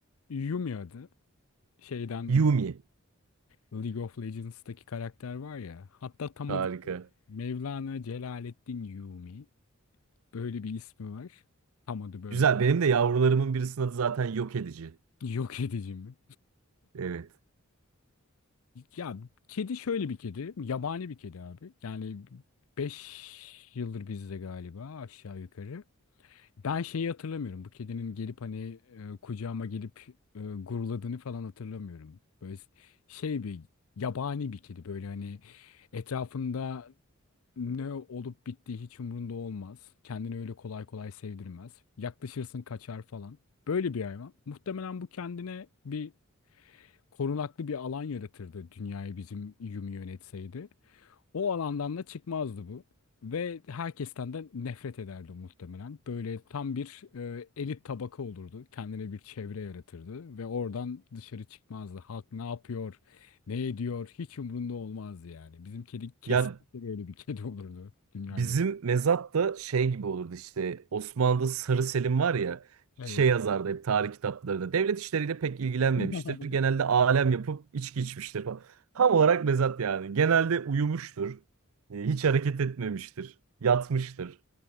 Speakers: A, on the left; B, on the right.
A: Yumi adı. Şeyden
B: Yumi.
A: League of Legends'taki karakter var ya. Hatta tam
B: Harika.
A: adı Mevlana Celaleddin Rumi. Böyle bir ismi var. Tam adı böyle.
B: Güzel. Benim de yavrularımın birisinin adı zaten yok edici.
A: Yok edici mi?
B: Evet.
A: Ya kedi şöyle bir kedi. Yabani bir kedi abi. Yani 5 yıldır bizde galiba aşağı yukarı. Ben şeyi hatırlamıyorum. Bu kedinin gelip hani e, kucağıma gelip e, guruladığını falan hatırlamıyorum. Böyle şey bir yabani bir kedi böyle hani etrafında Ne olup bittiği hiç umurunda olmaz. Kendini öyle kolay kolay sevdirmez. Yaklaşırsın kaçar falan. Böyle bir hayvan. Muhtemelen bu kendine bir korunaklı bir alan yaratırdı dünyayı bizim Yumi yönetseydi. O alandan da çıkmazdı bu. Ve herkesten de nefret ederdi muhtemelen. Böyle tam bir e, elit tabaka olurdu. Kendine bir çevre yaratırdı. Ve oradan dışarı çıkmazdı. Halk ne yapıyor, ne ediyor hiç umurunda olmazdı yani. Bizim kedi kesinlikle
B: Ya
A: böyle bir kedi olurdu. Dünya
B: bizim
A: yönetimi.
B: mezat da şey gibi olurdu işte. Osmanlı'da Sarı Selim var ya. Şey
A: Evet.
B: yazardı hep tarih kitaplarında. Devlet işleriyle pek ilgilenmemiştir.
A: <laughs>
B: Genelde alem yapıp içki içmiştir falan. Tam olarak mezat yani. Genelde uyumuştur. E, Hiç hareket etmemiştir. Yatmıştır.